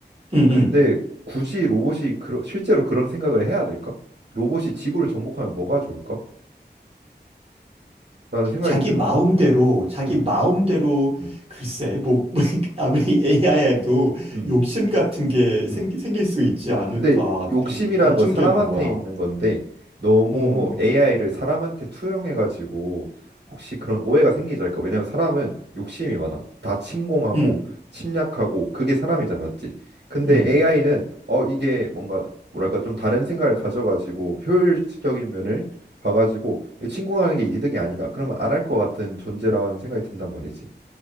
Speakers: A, on the right; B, on the right.
A: 음,
B: 근데
A: 음.
B: 굳이 로봇이 그러, 실제로 그런 생각을 해야 될까? 로봇이 지구를 정복하면 뭐가 좋을까? 라는 생각이
A: 자기
B: 들어.
A: 마음대로, 자기
B: 음,
A: 마음대로,
B: 음,
A: 글쎄, 뭐, <laughs> 뭐, 아무리 AI에도
B: 음,
A: 욕심 같은 게 생,
B: 음.
A: 생길 수 있지 않을까.
B: 근데 욕심이라는
A: 그게 걱정되는
B: 건 사람한테
A: 거야.
B: 있는 건데 너무
A: 어,
B: AI를 사람한테 투영해가지고 혹시 그런 오해가 생기지 않을까? 왜냐하면 사람은 욕심이 많아. 다 침공하고
A: 음,
B: 침략하고 그게 사람이잖아, 맞지? 근데
A: 음.
B: AI는 어 이게 뭔가 뭐랄까 좀 다른 생각을 가져가지고 효율적인 면을 봐가지고 침공하는 게 이득이 아니다. 그러면 안 할 것 같은 존재라는 생각이 든단 말이지.